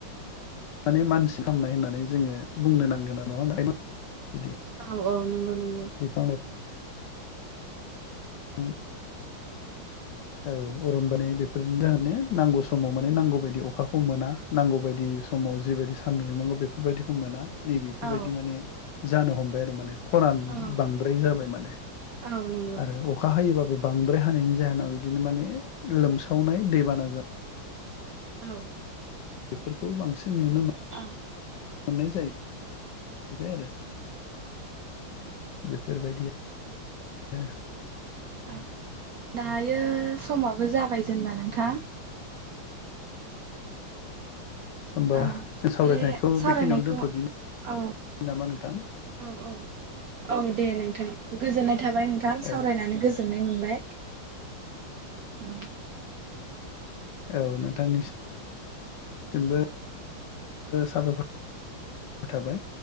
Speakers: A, on the left; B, on the right.
A: माने मानसि खालामामनाय होननानै जोङो बुंनो नांगोनना नङा फ्राय <unintelligible> बिदि
B: औ औ नंगौ नंगौ
A: बिफां लाइ उम औ अरनबारिनि बेफोरनि जाहोनो नांगौ समाव माने नांगौ बायदि अखाखौ मोना नांगौ बायदि समाव जिबायदि सान्दुं लुनांगौ बेफोरबायदिखौ मोना नैबेफोरबायदि
B: औ
A: माने जानो हमबाय आरो माने खरान
B: औ
A: बांद्राय जाबाय माने
B: औ नंगौ
A: आरो अखा हायोबाबो बांद्राय हानायनि जाहोनाव बिदिनो माने लोमसावनाय दैबाना जानाय
B: <inaudible>
A: बेफोरखौ बांसिन नुनो मोन
B: औ
A: मोननाय जायो बिबाय आरो बेफोर बादि नो आरो <unintelligible>
B: औ दायो समाबो जाबाय जोंना नोंथां
A: होमबा
B: औ
A: जों सावरायनायखौ
B: बे सावरायनायखौ
A: बेखिनियावनो दोनथ'दिनि
B: औ
A: नामा नोंथां?
B: औ औ औ दे नोंथां गोजोननाय थाबाय नोंथां
A: औ
B: सावरायनानै गोजोन गोजोननाय मोनबाय औ
A: औ नोंथांनिसि सिमबो साबायखर थाबाय